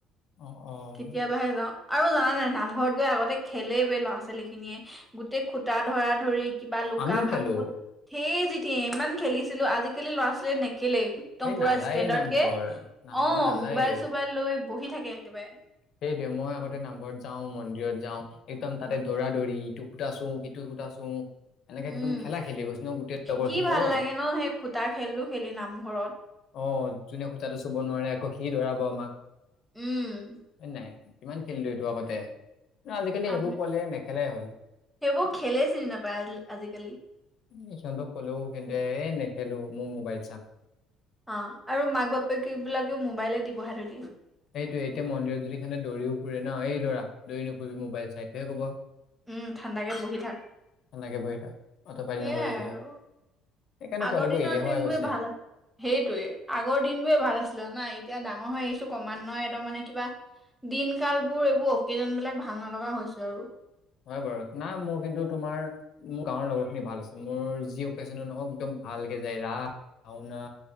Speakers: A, on the left; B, in the centre.
A: অ', অ',
B: কেতিয়াবাহে যাওঁ আৰু জানা নাই নামঘৰত গৈ আগতে খেলে বে ল'ৰা ছোৱালী খিনিয়ে গোটেই খুটা ধৰা ধৰি কিবা লুকা
A: আমিও খেলো
B: ভাকুত ধেই যিতি ইমান খেলিছিলো আজিকালি ল'ৰা ছোৱালীয়ে নেখেলেই একদম
A: এই
B: পুৰা
A: নাযায়েই
B: ষ্টেণ্ডাৰ্ড
A: নামঘৰ
B: কে
A: নামঘৰ
B: অ
A: নাযায়েই।
B: মোবাইল চোবাইল লৈ বহি থাকে একেবাৰে
A: সেইটোৱে মইও আগতে নামঘৰত যাওঁ, মন্দিৰত যাওঁ একদম তাতে দৌৰা দৌৰি, ইটো খূটা চো, সিটো খূটা চো এনেকে
B: উম,
A: একদম খেলা খেলি কৈছো নহয় গোটেই লগৰখিনিৰ
B: কি ভাল
A: লগত।
B: লাগে ন সেই খুটা খেলটো খেলি নামঘৰত।
A: অ যোনে খূটাটো চুব নোৱাৰে আকৌ সি দৌৰাব আমাক।
B: উম।
A: হয় নাই? কিমান খেলিলো এইটো আগতে। অ আজিকালি সেইবোৰ
B: আমি
A: পোৱালিৱে নেখেলাই হ'ল।
B: সেইবোৰ খেলে চিনি নাপায় আজি- আজিকালি।
A: ওম সিহঁতক ক'লেও সিহঁতে এ নেখেলো মোৰ মোবাইল চাম।
B: অ আৰু মাক বাপেক এইবিলাকেও মোবাইলে দি বহাই থৈ দিয়ে।
A: সেইটোৱে এতিয়া মন্দিৰত যদি সিহঁতে দৌৰিও ফুৰে ন, এই ল'ৰা দৌৰি নুফুৰিবি মোবাইল চা এইটোহে কব। সেনেকে
B: উম, ঠাণ্ডাকে বহি থাক।
A: বহি থাক, অতপালি
B: সেইয়াই
A: নকৰিবি।
B: আৰু
A: সেইকাৰণে
B: আগৰ
A: পোৱালিবোৰ
B: দিনত
A: এলেহুৱা
B: দিনেবোৰ
A: হৈ গৈছে
B: ভাল আ সেইটোৱে আগৰ দিনবোৰে ভাল আছিলে জানা এতিয়া ডাঙৰ হৈ আহিছো ক্ৰমান্বয়ে একদম মানে কিবা দিন কালবোৰ এইবোৰ অকেজনবিলাক ভাল নলগা হৈছে আৰু।
A: হয় বাৰু নাই মোৰ কিন্তু তোমাৰ মোৰ গাঁৱৰ লগৰখিনি ভাল আছে, মোৰ যি অকেজনক নহওক একদম ভালকে যায় ৰাস, ভাওনা